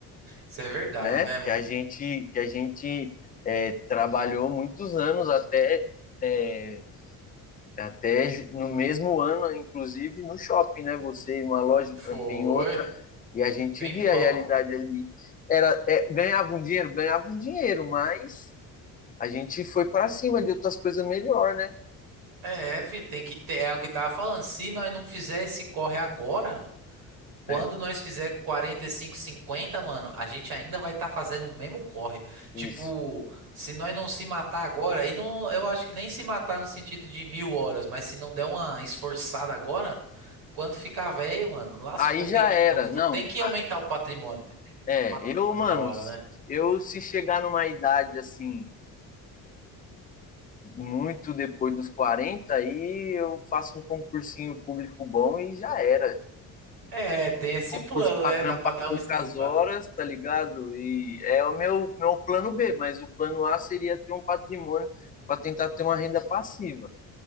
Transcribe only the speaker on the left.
né?
Que a gente, que a gente é, trabalhou muitos anos até é, até no mesmo ano, inclusive no shopping, né? Você em uma loja,
eu trampei em outra, e a gente
via a realidade ali. Era, é, ganhava um dinheiro? Ganhava um dinheiro, mas a gente foi para cima de outras coisas melhor, né?
É,
isso.
Aí
já
era,
não.
a-
É,
eu, mano,
eu se chegar numa idade assim, muito depois dos quarenta aí eu faço um concursinho público bom e já era.
Concurso
para
trampar
poucas
horas, tá ligado? E é o meu, meu plano B, mas o plano A seria ter um patrimônio para tentar ter uma renda passiva.